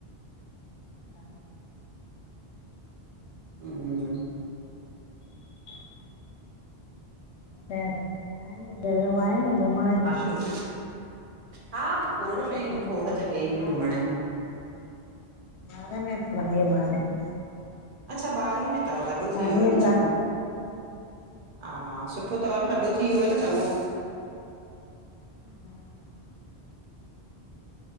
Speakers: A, on the left (about 85°); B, on the right (about 55°).
A: हा।
B: हु।
A: <inaudible> <unintelligible> आहिनि जॻहियूं आहिनि घुमण जूं
B: छोक, हा खोड़
A: हा
B: शयूं खोड़ जॻहियूं
A: अञा
B: हु घुमण यू
A: ॿारे में <unintelligible> ॿारे में
B: अच्छा ॿारहें में थव वॾो थी
A: ॿारहें
B: वियो हुय न
A: क्लास
B: चॻो हा, हा सुठो थव न, वॾो थी वियो हुव न चॻो।
A: <inaudible>